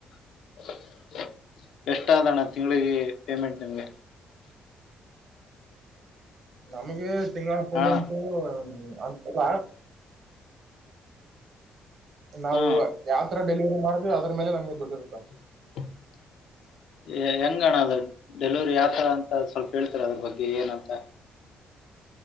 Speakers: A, on the left (about 75°); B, on the right (about 55°).
A: <unintelligible> ಎಷ್ಟ ಅದಣ್ಣ ತಿಂಗಳಿಗಿ ಪೇಮೆಂಟ್ ನಿಮ್ಗೆ.
B: ನಮಗೆ ತಿಂಗಳ ಪೇಮೆಂಟು
A: ಹಾ ಅಣ್ಣ
B: ಅಂತದ ನಾವು
A: ಹ್ಮ್
B: ಯಾವತರ್ ಡೆಲಿವರಿ ಮಾಡ್ವಿ ಅದ್ರ ಮೇಲೆ ನಮಗೆ ದುಡ್ ಇರುತ್ತ
A: <inaudible> ಹೆ ಹೆಂಗಣ ಅದು ಡೆಲಿವರಿ ಯಾವ್ತರ ಅಂತ ಸ್ವಲ್ಪ ಹೇಳ್ತೀರಾ ಅದ್ರ ಬಗ್ಗೆ ಏನಂತ <inaudible>